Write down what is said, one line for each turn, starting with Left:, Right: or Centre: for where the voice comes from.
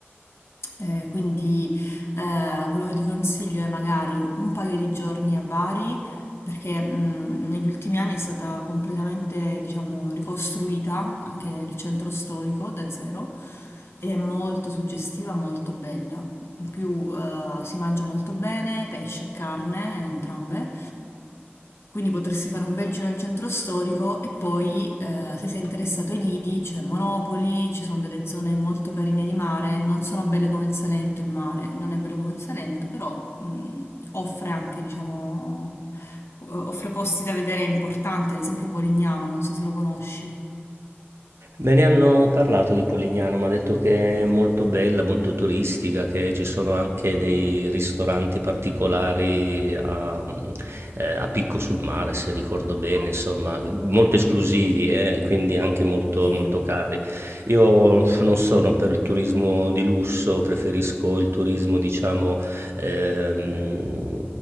Left: eh, quindi eh, quello che ti consiglio è magari un paio di giorni a Bari, perché mh, negli ultimi anni è stata completamente, diciamo, ricostruita anche il centro storico da zero ed è molto suggestiva, molto bella. In più eh, si mangia molto bene, pesce e carne, entrambe. Quindi potresti fare un bel giro nel centro storico e poi, eh, se sei interessato ai lidi, c'è Monopoli, ci sono delle zone molto carine di mare, non sono belle come il Salento, il mare non è bello come il Salento, però mh, offre anche, diciamo, eh, offre posti da vedere importanti, ad esempio Polignano, non so se lo conosci.
Right: Me ne hanno parlato di Polignano, mi ha detto che è molto bella, molto turistica, che ci sono anche dei ristoranti particolari a, eh, a picco sul mare, se ricordo bene, insomma, molto esclusivi e quindi anche molto,
Left: Sì,
Right: molto cari. Io non sono per il turismo di lusso, preferisco il turismo, diciamo, ehm,